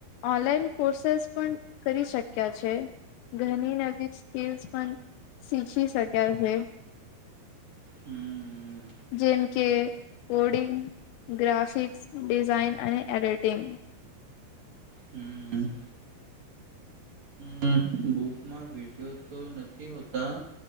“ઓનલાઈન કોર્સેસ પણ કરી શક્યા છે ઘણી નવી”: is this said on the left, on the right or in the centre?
Left